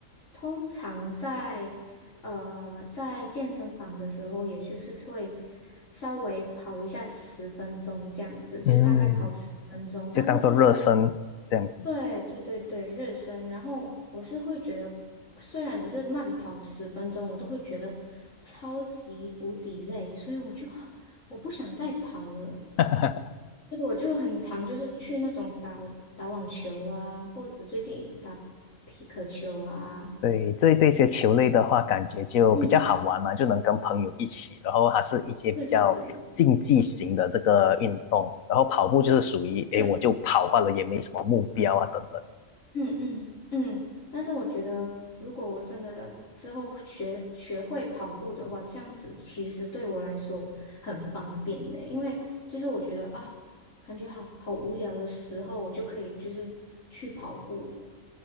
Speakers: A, on the left; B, on the left.
A: 通常在呃在健身房的时候，也就是会稍微跑一下十分钟这样子，就大概跑十分钟。
B: 嗯，
A: 但是，
B: 就当做热身这样子。
A: 对对对对，热身。然后我是会觉得，虽然只是慢跑十分钟，我都会觉得超级无敌累，所以我就我不想再跑了。
B: <laughs>
A: 对，我就很常就是去那种打打网球啊，或者最近一直打皮克球啊。
B: 对，这这些球类的话，感觉就比较好玩嘛，
A: 嗯，
B: 就能跟朋友一起，然后还是一些比较竞技型的这个运动，
A: 对对对
B: 然后跑步就是属于，诶，
A: 对，
B: 我就跑罢了，也没什么目标啊，等等。
A: 嗯嗯嗯。但是我觉得，如果我真的之后学学会跑步的话，这样子其实对我来说很方便呢。因为就是我觉得啊，感觉好好无聊的时候，我就可以就是去跑步，